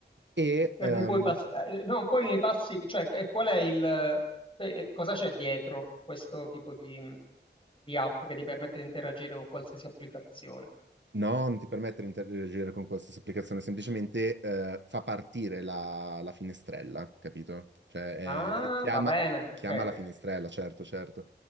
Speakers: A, on the right (about 80°); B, on the left (about 30°).
A: e
B: Cioè,
A: Mm.
B: mi
A: ehm,
B: puoi pass- eh, eh, no, poi mi passi, cioè, e qual è il, eh, eh, cosa c'è dietro questo tipo di, di app che ti permette di interagire con qualsiasi applicazione?
A: No, non ti permette di interagire con qualsiasi applicazione, semplicemente eh, fa partire la, la finestrella, capito? Cioè,
B: Ah,
A: eh, chiama,
B: va bene,
A: chiama
B: ok,
A: la finestrella, certo, certo.